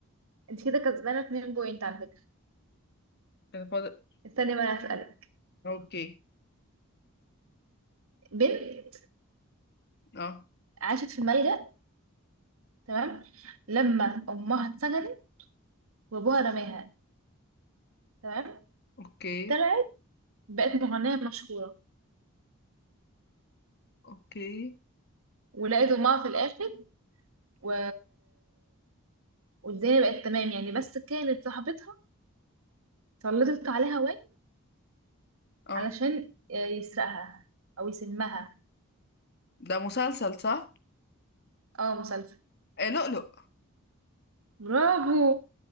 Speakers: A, on the right; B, on the left.
A: انت كده كسبانه 2 بوينت على فكره
B: كان فاضل آه،
A: استني بقى اسالك
B: اوكي
A: بنت
B: اه
A: عاشت في ملجأ تمام لما امها اتسجنت وابوها رماها تمام
B: اوكي
A: طلعت بقت مغنيه مشهوره
B: اوكي
A: ولقيت امها في الاخر و... والدنيا بقت تمام يعني بس كانت صاحبتها سلطت عليها وين
B: اه
A: علشان يسرقها او يسمها
B: ده مسلسل صح؟
A: اه مسلسل
B: إيه لؤلؤ
A: برافو